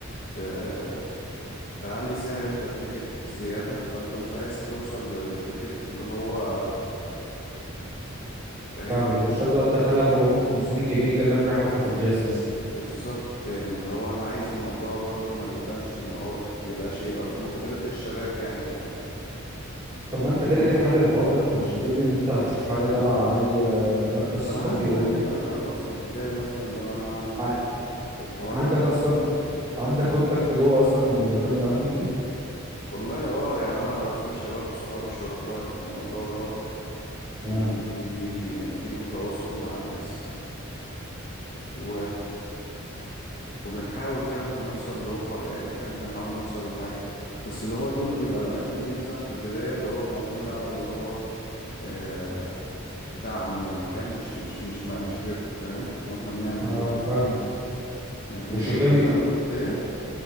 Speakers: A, on the left (about 45°); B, on the right (about 20°).
A: ت- تعلي سعر انت التيكت زيادة فانت مش عايز توصل لل- للتيكت اللي هو فاهم
B: فاهمك
A: اللي
B: انت
A: هو
B: مش عايز بقى تدخلها في 400 و500 جنيه كانك رايح حفله في الجاز مثلا
A: بالظبط يعني اللي هو انا عايز الموضوع برضو ما يبانش ان هو بيبقاش يبقى في مقدرة الشباب يعني فاهم
B: طب ما انت كده كده حل الحوار ده انت مش بتقولي ان انت هتشوف حاجه تبع اي آه، مركز ثقافي
A: انا هبدأ
B: اوروبي
A: كده هجرب في البداية مثلا لو انا هعمل
B: ع-
A: الحوار
B: عندك
A: ده هو
B: اصلا عندك كونتاكت جوه اصلا لمكان من الاماكن دي
A: والله اه يعني انا في شباب صحابي شركائي في الموضوع دوت
B: اه
A: بي بي يعني ليهم تواصل مع الناس و... وبنحاول كده احنا نوصل لأوفر يعني فاهم بنحاول نوصل لحاجة بس اللي هو دول بيبقى الأماكن دي مثلا في البداية اللي هو معتمدة على اللي هو آه، دعم من المكان مش مش مش مش ربح فاهم لو احنا بنعمل
B: اه
A: يوم
B: فاهمك
A: لكن
B: وشجابي
A: بعد كده أنا إيه